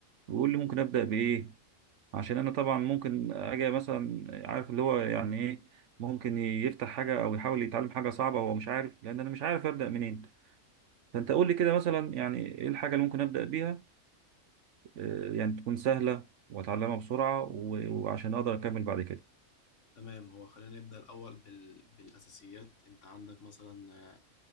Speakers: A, on the right; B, on the left.
A: بيقول لي ممكن ابدا بايه عشان انا طبعا ممكن اجي مثلا عارف اللي هو يعني ايه ممكن يفتح حاجه او يحاول يتعلم حاجه صعبه هو مش عارف لان انا مش عارف ابدا منين فانت قول لي كده مثلا يعني ايه الحاجه اللي ممكن ابدا بيها آه، يعني تكون سهله واتعلمها بسرعه و- وعشان اقدر اكمل بعد كده
B: تمام هو خلينا نبدأ الأول بال... بالأساسيات أنت عندك مثلا آه،